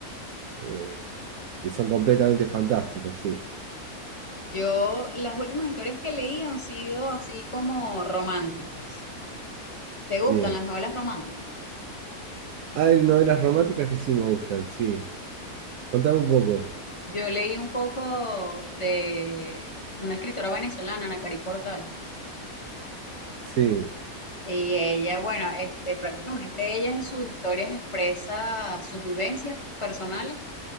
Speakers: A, on the right; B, on the left.
A: eh, que son completamente fantásticos, sí,
B: Yo, las últimas historias que leí han sido así como románticas. ¿Te gustan
A: bien.
B: las novelas románticas?
A: Ah, Hay novelas románticas que sí me gustan, sí. Contame un poco,
B: Yo leí un poco de una escritora venezolana, Ana Cari Portal,
A: sí.
B: y ella, bueno, este, prácticamente ella en sus historias expresa sus vivencias personales,